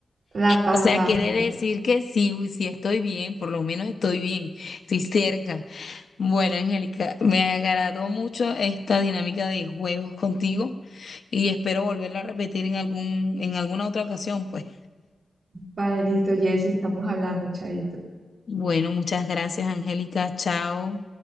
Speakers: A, on the right (about 75°); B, on the left (about 65°).
A: La pasaste.
B: O sea, quiere decir que sí, uy, sí estoy bien, por lo menos estoy bien, estoy cerca. Bueno, Angélica, me agradó mucho esta dinámica de juegos contigo y espero volverla a repetir en algún, en alguna otra ocasión, pues.
A: Vale, listo, Jessy, estamos hablando, chaito.
B: Bueno, muchas gracias, Angélica. Chao.